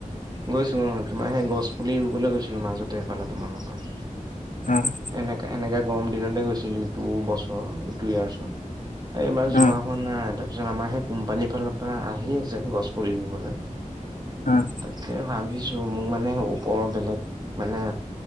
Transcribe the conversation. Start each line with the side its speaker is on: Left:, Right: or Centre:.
Right: গৈছি অ, তোমাৰ সেই গছ পুলি ৰুবলে গৈছিলোঁ মাজতে এ এফালে তোমালোকৰ।
Left: অ',
Right: এনেকা -এনেকা গৰম দিনতে গৈছিলো ইটো বছৰৰ ইটো ইয়াৰচত। এইবাৰ যোৱা
Left: অ
Right: হোৱা নাই তাৰপিছত আমাৰ সেই কোম্পানীৰ ফালৰ পৰা আহি আছে গছ পুলি ৰুবলৈ।
Left: অ',
Right: তাকে ভাবিছোঁ মোৰ মানে ওপৰৰ বেলেগ মানে